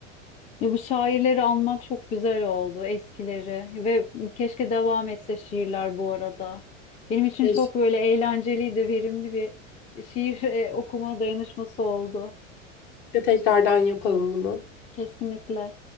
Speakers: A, on the left; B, on the left.
A: Ya bu şairleri anmak çok güzel oldu eskileri ve keşke devam etse şiirler bu arada. Benim için
B: Keşke
A: çok böyle eğlenceli de verimli bir şiir e, okuma dayanışması oldu.
B: tekrardan yapalım bunu.
A: Kesinlikle.